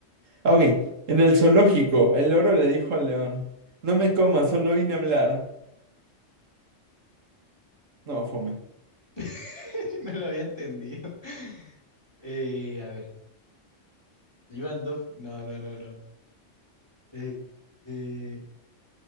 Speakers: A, on the right (about 85°); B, on the left (about 20°).
A: Ah, ok. En el zoológico, el loro le dijo al león, no me comas, solo vine a hablar. No, fome.
B: <laughs> No lo había entendido. <laughs> Eh, a ver, iban dos. No, no, no, no. Eh, eh,